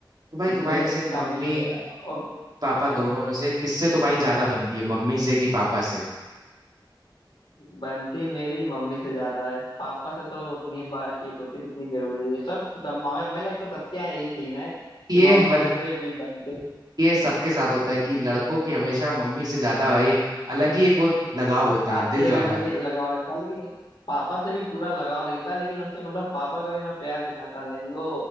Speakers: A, on the right (about 55°); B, on the left (about 80°).
A: तो भाई तुम्हारे
B: डेयरी
A: जैसे
B: के काम
A: मम्मी
B: में ये और
A: पापा दोनों में से किससे तुम्हारी ज्यादा बनती है मम्मी से कि पापा से
B: बनती मेरी मम्मी से ज्यादा है पापा से तो उतनी बातचीत होती जितनी जरूरी है सब सब हमें हमें लगता है सबके यहाँ यही सीन है
A: ये
B: कि मम्मी
A: मत
B: से भी बनते
A: ये सबके साथ होता है कि लड़कों की हमेशा मम्मी से ज्यादा भाई एक अलग ही एक वो लगाव होता
B: आ,
A: है दिल
B: एक
A: वाला
B: अलग ही लगाव रहता लेकिन पापा से भी पूरा लगाव रहता लेकिन उनसे मतलब पापा कभी ना प्यार दिखाता नहीं वो